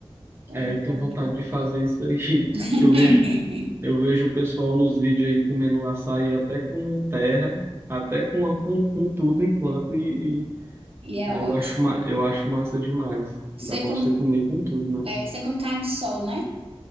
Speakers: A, on the right; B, on the right.
A: Bom,
B: É,
A: muito
B: eu tenho
A: bom,
B: vontade
A: muito bom.
B: de fazer isso aí, <laughs>
A: <laughs>
B: que eu vejo, eu vejo o pessoal nos vídeos aí comendo um açaí até com terra, até com, a- com, com tudo enquanto, e, e
A: E é
B: aí
A: ótimo.
B: eu acho, ma- eu acho massa demais.
A: Você
B: Dá pra
A: come,
B: você comer com tudo,
A: é,
B: né?
A: você come carne de sol, né?